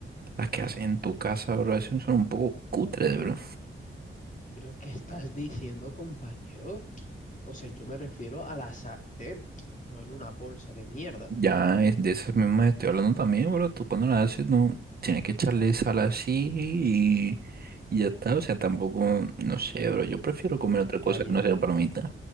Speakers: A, on the right (about 50°); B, on the left (about 40°).
A: Las que hacen en tu casa, bro, esas son un poco cutres, bro.
B: ¿Pero qué estás diciendo, compañero? O sea, yo me refiero a la sartén, no en una bolsa de mierda,
A: Ya es de esas mismas estoy hablando también, bro. Tú cuando las haces, no, tienes que echarle sal así y, y ya está. O sea, tampoco, no sé, bro. Yo prefiero comer
B: compañero.
A: otra cosa que no sean palomitas.